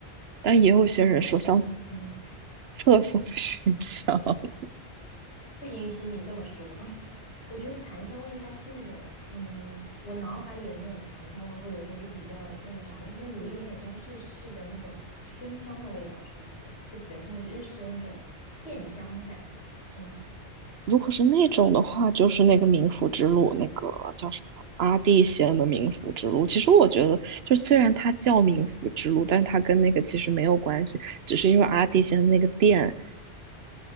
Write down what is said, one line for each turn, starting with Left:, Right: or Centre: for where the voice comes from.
Right: 但也有些人说像
Left: 潮湿的思维，
Right: 厕所的熏香。<laughs>
Left: <laughs> 不允许你这么说。<laughs> 我觉得檀香味应该是那种，嗯，我脑海里的那种檀香味，或者说是比较那个啥的，应该有一点点像日式的那种熏香的味道，是不是？就比较像是日式那种线香感，是吗？
Right: 如果是那种的话，就是那个冥府之路，那个叫什么阿蒂仙的冥府之路。其实我觉得，就虽然它叫冥府之路，但它跟那个其实没有关系，只是因为阿蒂仙的那个殿。